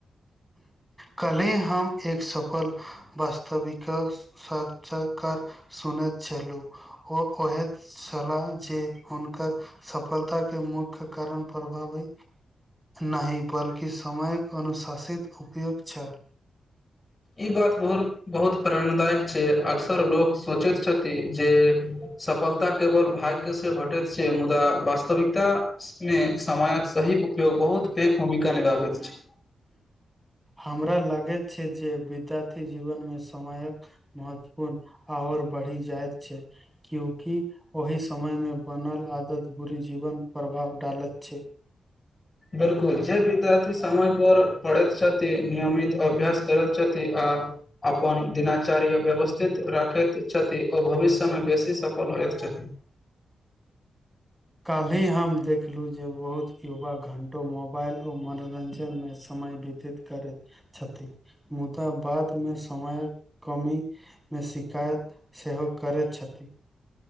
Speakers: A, in the centre; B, on the left (about 35°).
A: कल्हि हम एक सफल वास्तविक साचकार सुने छलू ओ ओह छलाह जे हुनकर सफलताक केँ मुख्य कारण प्रभावी नहि बल्कि समयक अनुसार सेध उपयोग्त छल
B: ई बात बहुत बहुत प्रेरणादायक छै अक्सर लोकोग सोचैत छथि जे सफलता केवल भाग्य सँ भेटेत छै मुदा वास्तविकता मे समयक सही उपयोग बहुत पैघ भूमिका निभाबैत छै
A: हमरा लागैत छै जे विद्यार्थी जीवन मे समयक महत्वपूर्ण आओर बढ़ि जायइत छै क्योकि ओहि समय मे बनल आदत बुरी जीवन प्रभाव डालैत छै
B: बिलकुल जे विद्यार्थी समय पर पढ़ैत छथि नियमित अभ्यस करैत छथि आ अपन दिनाचार्य व्यवस्थित राखैत छथि ओ भविष्यमे बेसी सफल होइत छथि
A: काल्हि हम देखलहुँ जे बहुत युवा घण्टो मोबाइल आओ मनोरंजनमे समय व्यतीत करैत छथि मुदाऽ बाद मे समयक कमी मे शिकायत सेहो करैत छथि